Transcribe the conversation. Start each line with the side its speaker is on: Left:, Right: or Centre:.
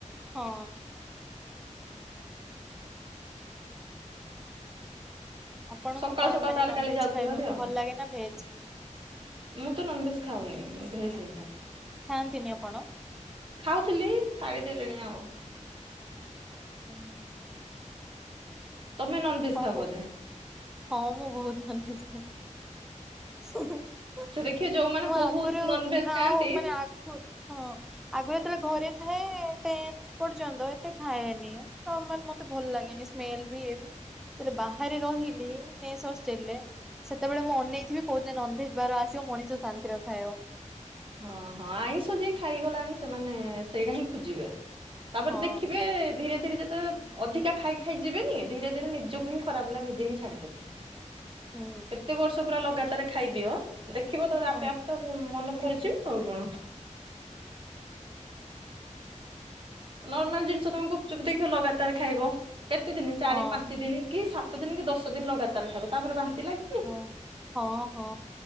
Centre: ହଁ। ଆପଣଙ୍କୁ
Right: ସକାଳୁ
Centre: କଣ
Right: ସକାଳୁ
Centre: ମାନେ
Right: ତାହେଲେ
Centre: ନନଭେଜ୍
Right: କାଲି ଯାଉଥିବ
Centre: ଖାଇବାକୁ
Right: ଭାରି ଆଉ।
Centre: ଭଲ ଲାଗେ ନା ଭେଜ୍?
Right: ମୁଁ ତ ନନ ଭେଜ ଖାଉନି ଭେଜ ହିଁ ଖା।
Centre: ଥାଆନ୍ତିନି ଆପଣ।
Right: ଖାଉଥିଲି ଛାଡିଦେଲିଣି ଆଉ।
Centre: ହୁଁ।
Right: ତମେ ନନେଜ
Centre: କଣ
Right: ଖାଇ
Centre: କହୁ
Right: ବୋଧେ।
Centre: ହଁ ମୁଁ ବହୁତ ମନଇଛି। ମୁଁ
Right: ସେ ଦେଖିବ ଯୋଉମାନେ
Centre: ଆଗରୁ
Right: ବହୁତ ନନଭେଜ
Centre: ଖାଉ
Right: ଖାଆନ୍ତି
Centre: ମାନେ ଆଗରୁ। ହଁ ଆଗ ଯେତେବେଳେ ଘରେ ଥାଏ। ଟେ ଏ ପର୍ଯ୍ୟନ୍ତ ଏତେ ଖାଏନି ନର୍ମାଲ ମତେ ଭଲ ଲାଗେନି। ସ୍ମେଲ ବି ଏବି। ତାରେ ବାହାରେ ରହିଲେ ମେସ୍ ହଷ୍ଟେଲ୍ ରେ ସେତେବେଳେ ମୁଁ ଅନେଇଥିବି କୋଉଦିନ ନନଭେଜ୍ ବାର ଆସିବ ମଣିଷ ଶାନ୍ତିରେ ଖାଇବ।
Right: ହଁ ହଁ ଆଇଁଷ ଯିଏ ଖାଇଗଲାଣି ସେମାନେ ସେଇଟା ହିଁ ଖୋଜିବେ। ତାପରେ
Centre: ହଁ
Right: ଦେଖିବେ ଧୀରେ ଧୀରେ ଯେତେବେଳେ ଅଧିକା ଖାଇ ଖାଇ ଯିବେନି ଧୀରେ ଧୀରେ ନିଦ୍ ଚୁପ୍ ହିଁ ଖରାପ୍ ଲାଗେ ନିଜେହିଁ ଛାଡ଼ିଦେବେ।
Centre: ହୁଁ
Right: କେତେ ବର୍ଷ ପୁରା ଲଗାତାର ଖାଇଦିଅ। ଦେଖିବ ତ
Centre: ହୁଁ
Right: ଆପେ ଆପେ ତ ମନ ଭରି ଛିପ୍ ଆଉ କଣ। ନର୍ମାଲ ଜିନିଷ ତମେ ଗୁପ୍ ଚୁପ୍ ଦେଖିବ ଲଗାତାର ଖାଇବ। କେତେ ଦିନି ଚାରି
Centre: ହଁ
Right: ପାଞ୍ଚ ଦିନି କି ସାତ ସାତ ଦିନି କି ଦଶ ଦିନି ଲଗାତାର ଖାଇବ ତାପରେ ବାନ୍ତି ଲାଗ୍
Centre: ହ ହଁ ହଁ।